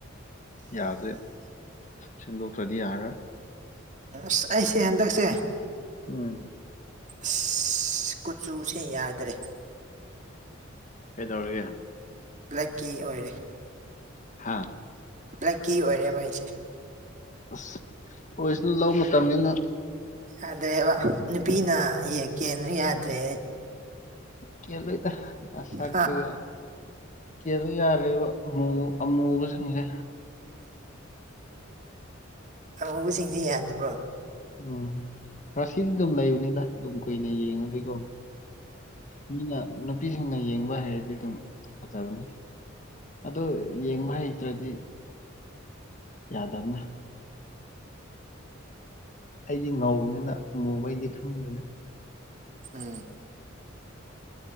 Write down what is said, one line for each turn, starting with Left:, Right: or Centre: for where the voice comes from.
Left: ꯌꯥꯁꯦ ꯁꯦꯡꯗꯣꯛꯇ꯭ꯔꯗꯤ ꯌꯥꯔꯔꯣꯏ꯫
Right: ꯎꯁ ꯑꯩꯁꯦ ꯍꯟꯗꯛꯁꯦ
Left: ꯎꯝ꯫
Right: ꯢꯁ ꯀꯨꯆꯨꯁꯦ ꯌꯥꯗ꯭ꯔꯦ꯫
Left: ꯀꯩꯗꯧꯔꯒꯦ?
Right: ꯕ꯭ꯂꯦꯛꯀꯤ ꯑꯣꯏꯔꯦ꯫
Left: ꯍꯥꯥ?
Right: ꯕ꯭ꯂꯦꯛꯀꯤ ꯑꯣꯢꯔꯦꯕ ꯑꯩꯁꯦ꯫
Left: ꯑꯁ ꯑꯣꯏꯁꯅꯨ ꯂꯧ ꯃꯇꯝꯅꯤꯅ꯫
Right: ꯌꯥꯗꯦꯕ ꯅꯨꯄꯤꯅ ꯀꯦꯅ ꯌꯥꯗ꯭ꯔꯦ꯫
Left: ꯀꯦꯜꯂꯣꯢꯗ ꯅꯁꯛꯇꯨꯒ
Right: ꯍꯥ
Left: ꯀꯦꯜꯂꯨ ꯌꯥꯂꯣꯢꯕ꯫ ꯑꯃꯨ ꯑꯃꯨꯕꯁꯤꯡꯁꯦ
Right: ꯑꯃꯨꯕꯁꯤꯡꯗꯤ ꯌꯥꯗꯕ꯭ꯔꯣ
Left: ꯎꯝ ꯔꯥꯁꯤ ꯑꯗꯨꯝ ꯂꯩꯕꯅꯤꯗ ꯑꯗꯨꯝ ꯀꯨꯏꯅ ꯌꯦꯡꯉꯗꯤꯀ‌ꯣ ꯃꯤꯅ ꯅꯨꯄꯤꯁꯤꯡꯅ ꯌꯦꯡꯕ ꯍꯩꯔꯗꯤ ꯑꯗꯨꯝ ꯐꯖꯕꯅꯦ ꯑꯗꯣ ꯌꯦꯡꯕ ꯍꯩꯇ꯭ꯔꯗꯤ ꯌꯥꯗꯝꯅ‌ꯦ ꯑꯩꯗꯤ ꯉꯥꯎꯧꯕꯅꯤꯅ ꯃꯨꯕꯩꯗꯤ ꯈꯪꯗ‌ꯦꯗ
Right: ꯎꯝ